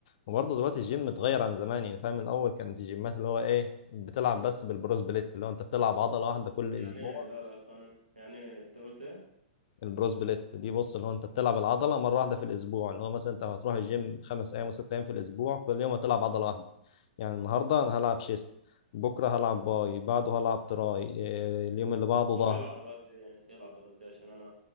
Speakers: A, on the left; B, on the right.
A: وبرضه دلوقتي الجيم اتغير عن زمان يعني فاهم الاول كانت الجيمات اللي هو ايه بتلعب بس بالبروس بليت اللي هو انت بتلعب عضله واحده كل اسبوع
B: يعني إيه؟ لا لا سامع يعني إيه؟ انت قلت ايه
A: البروس بليت دي بص اللي هو انت بتلعب العضله مره واحده في الاسبوع اللي هو مثلا انت هتروح الجيم خمس ايام وست ايام في الاسبوع كل يوم هتلعب عضله واحده يعني النهارده انا هلعب شيست بكره هلعب باي بعده هلعب تراي إيه، اليوم اللي بعده
B: طب
A: ظهر
B: ايه العضلات دي ايه العضلات دي عشان انا